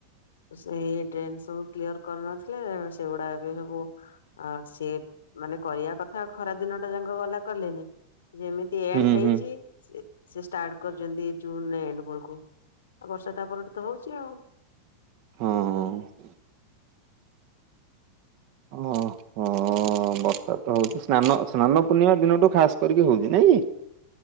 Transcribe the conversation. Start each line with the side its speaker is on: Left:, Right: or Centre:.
Left: ସେଇ ଡ୍ରେନ୍ ସବୁ କ୍ଲିୟର କରିନଥିଲେ ସେଗୁଡା ଏବେ ସବୁ। ଆଉ ସିଏ ମାନେ କରିବା କଥା ଖରା ଦିନ ଟା ଯାକ ଗଲା କଲେନି ଯେମିତି। ତେନ୍
Right: ହୁଁ
Left: ହେଇଛି।
Right: ହୁଁ।
Left: ସେ ସେ ଷ୍ଟାର୍ଟ କରିଛନ୍ତି ଜୁନ ଏଣ୍ଡ ବେଳକୁ ଆଉ ବର୍ଷା ତାପରେ ତ ହଉଛି ଆଉ।
Right: ହଁ। ଓ ହୋ ବର୍ଷା ତ ହଉଛି ସ୍ନାନ ସ୍ନାନ ପୂର୍ଣ୍ଣିମା ଦିନଠୁ ଖାଷ୍ଟ। ଗରମ ହଉଛି ନାଇଁ?